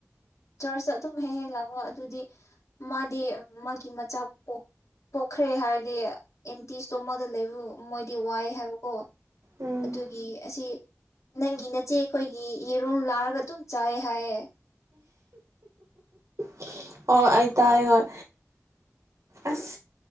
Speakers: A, on the left; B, on the right.
A: ꯆꯔꯆꯇ ꯑꯗꯨꯝ ꯍꯦꯛ ꯍꯦꯛ ꯂꯥꯛꯑꯣ ꯑꯗꯨꯗꯤ ꯃꯥꯗꯤ ꯃꯥꯒꯤ ꯃꯆꯥꯛ ꯄꯣꯛ ꯄꯣꯛꯈ꯭ꯔꯦ ꯍꯥꯏꯔꯗꯤ ꯑꯦꯝꯇꯤ ꯏꯁꯇꯣꯃꯗ ꯂꯩꯕ ꯃꯣꯏꯗꯤ ꯋꯥꯏ ꯍꯥꯏꯕꯀꯣ
B: ꯎꯝ
A: ꯑꯗꯨꯒꯤ ꯑꯁꯤ ꯅꯪꯒꯤ ꯅꯆꯦ ꯑꯩꯈꯣꯏꯒꯤ ꯌꯦꯔꯨꯝ ꯂꯥꯔꯒ ꯑꯗꯨꯝ ꯆꯥꯏ ꯍꯥꯏꯌꯦ
B: <unintelligible> ꯑꯣ ꯑꯩ ꯇꯥꯏ ꯍꯣꯏ ꯑꯁ